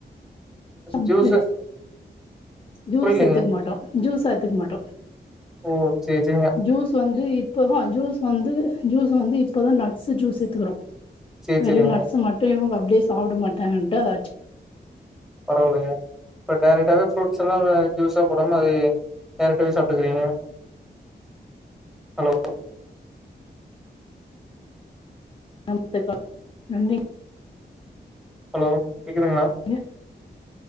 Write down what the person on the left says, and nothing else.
ஷப்ரைஸ்
ஜூஸ்
எத்துக்க மாட்டோ ஜூஸா எத்துக்க மாட்டோ
ஜூஸ் வந்து இப்பதா ஜூஸ் வந்து ஜூஸ் வந்து இப்பதா நட்ஸ் ஜூஸ் எத்துக்குறோ
வெறும்
நட்ஸ் மட்டு இவங்க அப்டியே சாப்ட மாட்டாங்கன்ட்டு அத அட்ச்சு
அடுத்தக்கால் நன்றி
ஏ